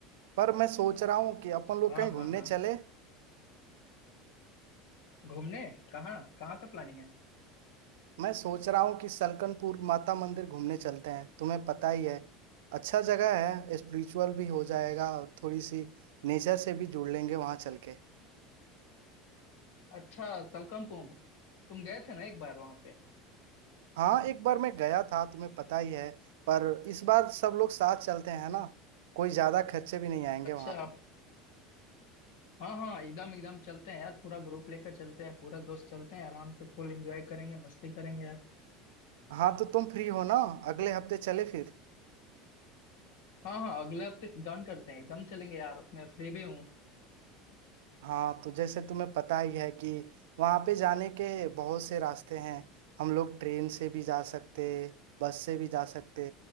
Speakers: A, on the right (about 80°); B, on the left (about 80°).
A: पर मैं सोच रहा हूँ कि अपन लोग
B: हाँ
A: कहीं घूमने
B: हाँ हाँ
A: चले
B: घूमने कहाँ कहाँ का प्लानिंग है
A: मैं सोच रहा हूँ कि सलकनपुर माता मंदिर घूमने चलते हैं तुम्हें पता ही है अच्छा जगह है स्पिरिचुअल भी हो जाएगा और थोड़ी सी नेचर से भी जुड़ लेंगे वहाँ चल के
B: अच्छा तलकमपुर तुम गए थे ना एक बार वहां पे
A: हाँ एक बार मैं गया था तुम्हें पता ही है पर इस बार सब लोग साथ चलते हैं ना कोई ज्यादा खर्चे भी नहीं आएंगे
B: अच्छा
A: वहाँ पे
B: आप हाँ हाँ एकदम एकदम चलते हैं यार पूरा ग्रुप लेकर चलते हैं पूरा दोस्त चलते हैं आराम से फुल एंजॉय करेंगे मस्ती करेंगे यार
A: हाँ तो तुम फ्री हो ना अगले हफ्ते चले फिर
B: हाँ हाँ अगले हफ्ते डन करते हैं एकदम चलेंगे यार मैं फ्री भी हूँ
A: हाँ तो जैसे तुम्हें पता ही है कि वहाँ पे जाने के बहुत से रास्ते हैं हम लोग ट्रेन से भी जा सकते बस से भी जा सकते